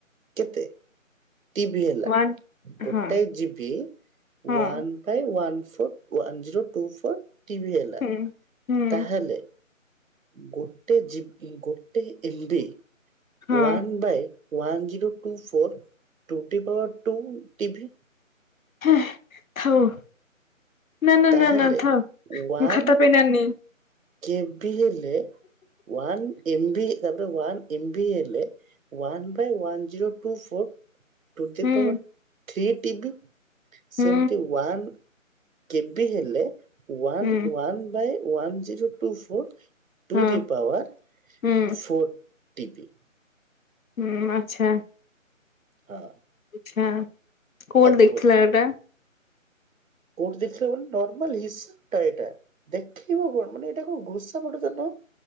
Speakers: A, on the right; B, on the left.
A: କେତେ? ଟିବି ହେଲା
B: ୱାନ୍
A: ଗୋଟାଏ
B: ହଁ
A: ଜିବି ୱାନ୍
B: ହଁ
A: one by one four one zero two four TB ହେଲା।
B: ହୁଁ। ହୁଁ
A: ତାହେଲେ ଗୋଟେ ଜିବି ଗୋଟେ ଏମ୍ବି
B: ହଁ
A: one by one zero two four ଟୁଟିୱର୍ two TB.
B: ହୁଁ ଥାଉ। ନା-ନା-ନା-ନା
A: ତାହେଲେ
B: ଥାଉ ମୁଁ
A: ୱାନ୍
B: ଖାତା ପେନ୍ ଆଣିନି।
A: କେବି ହେଲେ ୱାନ୍ ଏମ୍ବି ତାପରେ ୱାନ୍ ଏମ୍ବି ହେଲେ one by one zero two four to the
B: ହୁଁ
A: ପାୱାର ଥ୍ରୀ ଟିବି ସେମିତି
B: ହୁଁ
A: ୱାନ୍ କେବି ହେଲେ one one
B: ହୁଁ
A: by one zero two four ଟୁ
B: ହଁ
A: ଦି ପାୱାର୍
B: ହୁଁ
A: ଫୋର୍ ଟିବି।
B: ଉଁ ଆଚ୍ଛା।
A: ହଁ।
B: ହଁ କୋଉଠି
A: ଆଉ
B: ଦେଖ୍
A: ବୋଲ
B: ଥିଲା ଏଇଟା?
A: କୋଉଠି ଦେଖିଥିଲ ମାନେ ନର୍ମାଲ୍ ହିସାବ ଟା ଏଇଟା। ଦେଖିବ କଣ ମାନେ ଏଇଟା କଣ ଘୋଷାପାଠ ତ ନୁହଁ